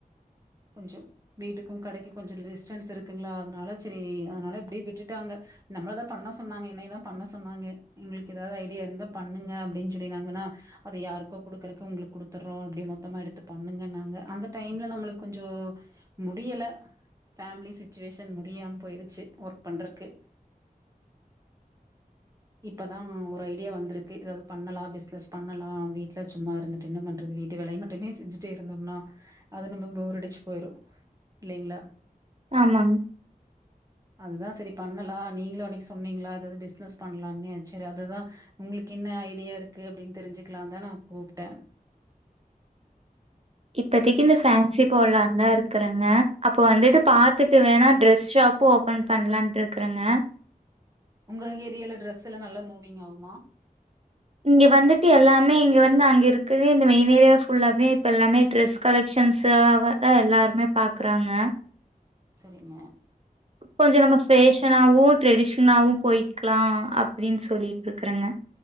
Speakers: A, on the right; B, on the right.
A: கொஞ்சோ வீட்டுக்கு கடைக்கு கொஞ்சோ டிஸ்டன்ஸ் இருக்குங்ளா அதனால சரி அதனால இப்டியே விட்டுட்டாங்க நம்பளதா பண்ண சொன்னாங்க என்னதா பண்ண சொன்னாங்க எங்களுக்கு ஏதாவது ஐடியா இருந்தா பண்ணுங்க அப்டின் சொல்லிருந்தாங்கனா அது யாருக்கோ குடுக்குறக்கு உங்களுக்கு குடு த்துறோ அப்டி மொத்தமா எடுத்து பண்ணுங்க இன்னாங்க அந்த டைம்ல நம்மளுக்கு கொஞ்சோ முடியல ஃபேமிலி சிச்சுவேஷன் முடியாம போயிருச்சு ஒர்க் பண்றக்கு இப்பதா ஒரு ஐடியா வந்திருக்கு எதாவது பண்ணலா பிஸ்னஸ் பண்ணலா வீட்ல சும்மா இருந்துட்டுன் என்ன பண் வீட்டு வேலைய மட்டுமே செஞ்சிட்டே இருந்தோம்னா அது நம்ம போர் அடிச் போயிரு இல்லைங்ளா
B: ஆமாங்க.
A: அதுதா சரி பண்ணலா நீங்களு அன்னைக்கு சொன்னீங்ளா ஏதாவது பிசினஸ் பண்ணலானு சரி அதுதா உங்களுக்கு என்ன ஐடியா இருக்கு அப்டின் தெரிஞ்சுக்கலா தா நா கூப்ட்டே
B: இப்பதக்கி இந்த ஃபேன்சி போலாந்தா இருக்கிறேங்க அப்போ வந்துட்டு பாத்துட்டு வேணா டிரெஸ் ஷாப் ஓப்பன் பண்ணலான்ட் இருக்குறேங்க
A: உங்க ஏரியால டிரெஸ் எல்லா நல்லா மூவிங் ஆகுமா
B: இங்க வந்துட்டு எல்லாமே இங்க வந்து அங்க இருக்குது இந்த மெயின் ஏரியா ஃபுல்லாவே இப்ப எல்லாமே ட்ரெஸ் கலெக்ஷன்ஸாவ தா எல்லாருமே பாக்குறாங்க
A: சரிங்க
B: கொஞ்ச நம்ம ஃபேஷனாவு ட்ரெடிஷனாவு போய்க்லா அப்டின் சொல்லிட்டு இருக்குறேங்க